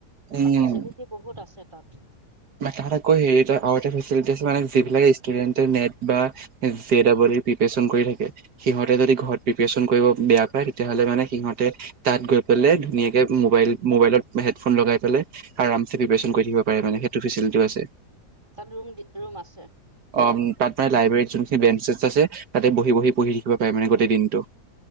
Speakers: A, on the right (about 80°); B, on the right (about 15°).
A: উম
B: ফেচিলিটি বহুত আছে তাত
A: তাত আকৌ হেৰি লৈ মানে আৰু এটা ফেছেলেতি আছে যিলাক ষ্টুডেণ্টে নেট বা জে ডবল ইৰ প্ৰিপাৰেচন কৰি থাকে সিহঁতে যদি ঘৰত প্ৰিপাৰেচন কৰিব বেয়া পায় তেতিয়াহ'লে মানে সিহঁতে তাত গৈ পেলাই ধুনীয়াকে মোবাইল মোবাইলত হেডফোন লগাই পেলাই আৰামচে প্ৰিপাৰেচন কৰি থাকিব পাৰে মানে সেইটো ফেচেলিটিও আছে।
B: তাত ৰুম, ৰুম আছে
A: অ', তাত মানে লাইব্ৰেৰীত যোনখিনি বেঞ্চছেছ আছে তাতে বহি বহি পঢ়ি লিখিব পাৰে মানে গোটেই দিনটো